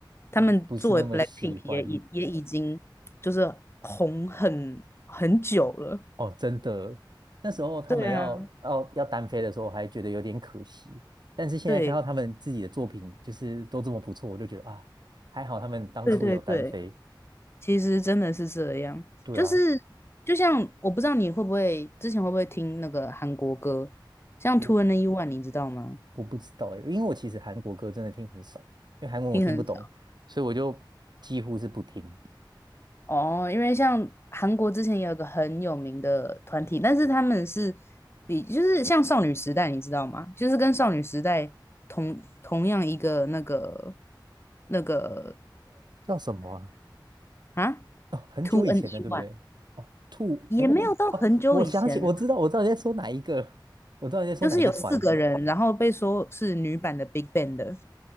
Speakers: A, on the left (about 30°); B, on the right (about 60°).
A: 他们作为
B: 也不是那么喜欢
A: BLACKPINK 也已也已经就是红很很久了。
B: 哦，真的。那时候他们要要要单飞的时候，
A: 对啊，
B: 我还觉得有点可惜。但是现在看到他们自己的作品，
A: 对
B: 就是都这么不错，我就觉得啊，还好他们当初有单飞。
A: 对嗯对对，其实真的是这样，
B: 对啊，
A: 就是就像我不知道你会不会之前会不会听那个韩国歌，像 Two
B: 我
A: and One，你知道吗？
B: 我不知道哎，因为我其实韩国歌真的听很少，因为韩文我听不懂，
A: 听很少。
B: 所以我就几乎是不听。
A: 哦，因为像韩国之前也有个很有名的团体，但是他们是比就是像少女时代，你知道吗？就是跟少女时代同同样一个那个那个
B: 叫什么啊？
A: 啊
B: 哦，很久以前的，
A: ，Two N E
B: 对不对？
A: One
B: 哦，兔，
A: 也没有到很久以前，
B: 哎，哦，我想起，我知道，我知道你在说哪一个，我知道你在说哪一个团，
A: 就是有四个人，然后被说是女版的 Big Bang 的。